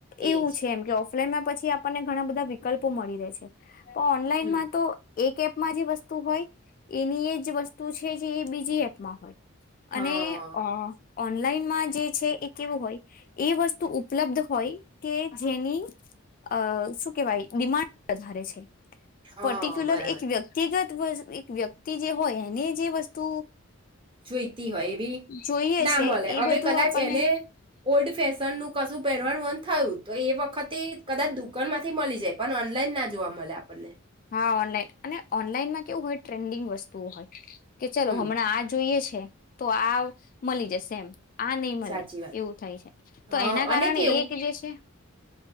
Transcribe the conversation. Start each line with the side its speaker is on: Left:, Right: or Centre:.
Left: એવું
Right: એજ
Left: છે, એમ કે ઓફ ફ્લેમના પછી આપણને ઘણા બધા વિક કલ્પો મળી રહે છે. ઓનલાઈનમાં
Right: હમ
Left: તો એક એપમાં જે વસ્તુ હોય એની એ જ વસ્તુ છે જે એ બીજી એપમાં હોય અને
Right: હા
Left: અ ઓનલાઈનમાં જે છે એ કેવું હોય એ વસ્તુ ઉપલબ્ધ હોય કે જેની અ શું કેહેવાય ડિમાન્ડ વધારે છે
Right: હા
Left: પર્ટિક્યુલર
Right: બરાબર
Left: એક વ્યક્તિગત એક વ્યક્તિ જે હોય એને જે વસ્તુ
Right: જોઈતી હોય બી
Left: જોઈએ
Right: ના
Left: છે
Right: મળે
Left: એ
Right: હવે
Left: બધું
Right: કદાચ
Left: આપણને
Right: એને ઓલ્ડ ફેશન નું કશું પહેરવાનું મન થયું તો એ વખતે કદાચ દુકાન માંથી મળી જાય પણ ઓનલાઈન ના જોવા મળે આપણને
Left: હા ઓનલાઈન અને ઓનલાઈનમાં કેવું હોય ટ્રેન્ડિંગ વસ્તુઓ હોય કે ચલો
Right: હમ
Left: હમણાં આ જોઈએ છે તો આ મળી જશે એમ આ નહી મળે
Right: સાચી વાત
Left: એવું થાય છે તો
Right: હા
Left: એના કારણે
Right: અને કેવું
Left: એક જે છે <inaudible>